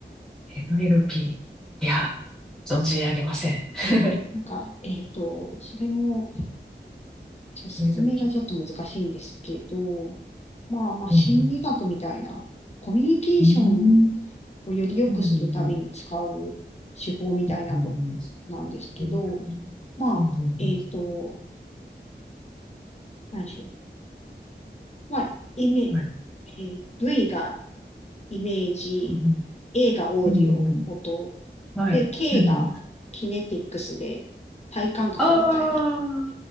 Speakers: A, in the centre; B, on the left.
A: MLP。いや、存じ上げません。<laughs>
B: なんか、えっと、それも、ちょっと説明がちょっと難しいんですけど、
A: MLP。
B: まあまあ、
A: うん
B: 心理学みたいな、コミュニケーション
A: うん。
B: をより良くするために使う手法みたいなこと
A: うーんうんうんうんうんうんう
B: なんですけど、
A: ん
B: まあ、
A: うんうん
B: えっと、何でしょう。まあ、イメ、
A: はい。
B: えー V がイメージ、
A: うん
B: A がオーディオ、
A: うんうんうん
B: 音、
A: はい。
B: で、K
A: うんうん。
B: がキネティックスで体感覚みたいな。
A: ああ、